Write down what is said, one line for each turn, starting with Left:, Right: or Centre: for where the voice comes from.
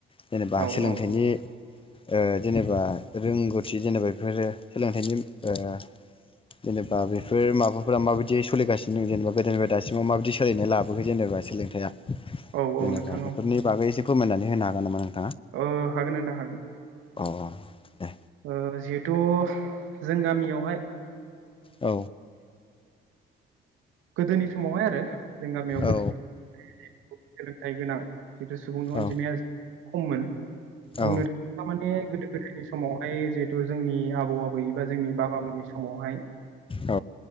Left: जेनेबा
Right: औ
Left: सोलोंथाइनि
Right: औ
Left: ओ जेनेबा रोंगौथि जेनेबा बेफोरो सोलोंथाइनि ओ जेनेबा बेफोर माबाफोरा माबायदि सोलिगासिनो दं जेनेबा गोदोनिफ्राय दासिमाव माबायदि सोलिायनाय लाबोखो जेनेबा सोलोंथाइया?
Right: औ
Left: जेनेबा
Right: औ नोंथां
Left: बेफोरनि बागै एसे फोरमायनानै होनो हागोन नामा नों
Right: औ हागोन नोंथां हागोन।
Left: अ दे
Right: ओ जिहेथु जों गामियावहाय
Left: औ
Right: गोदोनि समावहाय आरो जों गामियाव गोदो
Left: औ
Right: थाइ गोनां जिथु सुबुंनि अनजिमाया
Left: औ
Right: खममोन। बुंनो
Left: औ
Right: थाङोबा माने गोदो गोदायनि स मावहाय जिहेथु जोंनि आबौ आबै बा जोंनि बाबामोननि समावहाय
Left: औ